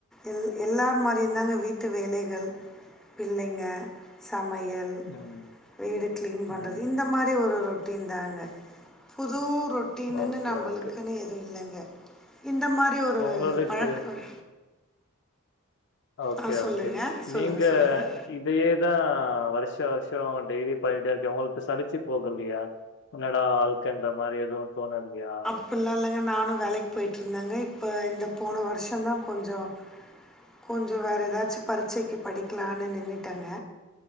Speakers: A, in the centre; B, on the left.
A: எ எல்லார் மாரியு தாங்க வீட்டு வேலைகள் பிள்ளைங்க சமையல்
B: ம்,
A: வீடு க்ளீன் பண்றது
B: ம்.
A: இந்த மாரி ஒரு ரொட்டின் தாங்க புதூ ரொ ட்டினுன்னு
B: ஓகே,
A: நம்பளுக்குன்னு
B: ஓகே.
A: எது இல்லைங்க இந்த மாரி ஒரு
B: உங்களுக்கு
A: பழக்கம்
B: ஓகே
A: ஆ சொல்லுங்கள்
B: ஓகே
A: சொல்லுங்கள்
B: நீங்க
A: சொல்லுங்கள்
B: இதயேதா வருஷோ வருஷோ டெய்லி பண்ணிட்டே இருக்கே உங்களுக்கு சளிச்சு போகலியா என்னடா வாழ்க்கன்ற மாரி எது தோணலியா
A: அப்பில்லா இல்லைங்க நானு வேலைக்கு போய்ட்ருந்தங்க இப்போ இந்த போன வர்ஷந்தா கொஞ்சோ கொஞ்ச வேறு எதாச்சு பரிட்சைக்கு படிக்கலானு நின்னுட்டங்க